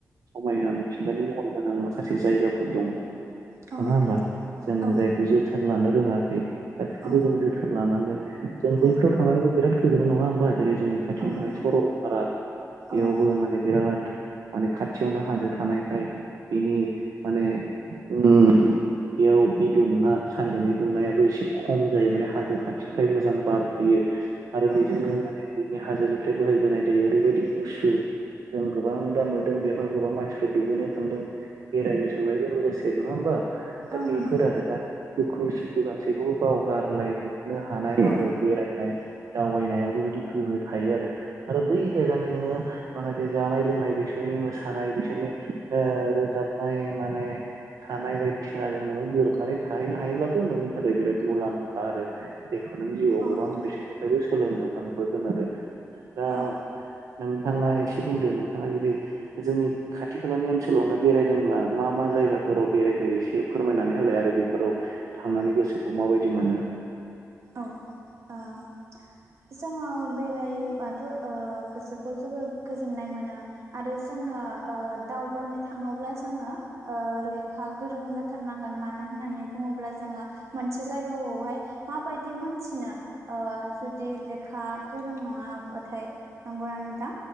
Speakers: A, on the right; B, on the right.
A: समायना मिथिंगानि महर गोनां माखासे जायगाफोर दङ।
B: औ
A: नङा
B: नोंथां
A: होमबा जों
B: औ
A: जायखौ जोथोन लानो रोङाखै दा बेफोरखौबो
B: औ
A: जों जोथो लानांगोन जों बैफोराव
B: औ
A: थांनानैबो बिराद गोजोननो नङा होमबा जेरै जोंनि खाथियावनो
B: औ
A: थानाय
B: नंगौ
A: सरलपारा बेयावबो
B: औ नंगौ
A: माने बिराद माने खाथियावनो हाजो थानायखाय बिनि माने उम बेयाव बि दुंना सान्दुंनि दुंनायाबो एसे खम जायो माने हाजो खाथिखाय मोजां। बारफैयो आरो
B: औ
A: बेजोंनो
B: नंगौ
A: माने दैनि हाजोनिफ्राय बोहैबोनाय दै ओरैबायदि गुसु। जों गोबां दा नुदों बेवहाय गोबां मानसिफ्रा दुगैनो थांदों बेरायनो थांनायजों लोगोसे नङा होमबा। दा
B: औ
A: बेफोर
B: नंगौ
A: आरो दा दुखु सुखु गासैखौबो बावगारलायजोबनो हानाय
B: औ
A: आरो। नाय दावबायनायाव बेबायदि गोहो थायो आरो आरो बै जायगानि नोङो माखासे जा नाय लोंनाय बिसोरनि मोसानाय बिसोरनि ओ रोजाबनाय माने थानाय बायदिसि ना जोंनोबो गोरोबनानै थाहैनो हायोब्लाथ' नोंनि थाखाय बिराद मुलाम्फा आरो जायखौ नों जिउ
B: औ
A: गोबां
B: नोंथां
A: बेसोरनिफ्रायबो सोलोंनो मोनबोगोन आरो दा
B: औ
A: नोंथाङा एसे बुंदो नोंथाङा जुदि जोंनि खाथि खालानि ओनसोलावनो बेरायदोंब्ला मा मा जा जायगाफोराव बेरायख एसे फोरमायनानै होलाय आरो बेफोराव थांनानै गोसोखौ माबायदि मोनो। <inaudible>
B: औ <unintelligible> जोङो बेरायबाथ' ओ गोसोखौ जोबोर गोजोननाय मोनो आरो जों ङो ओ दावबायनो थाङोब्ला जोंनो ओ लेखा गोरों जाथारनांगोन मानो होन होननानै बुङोब्ला जोङो मोनसे जायगाआवहाय माबायदि मोनथिनो ओ जुदि लेखा गोरों नङाबाथाय। नंगौना नोंथां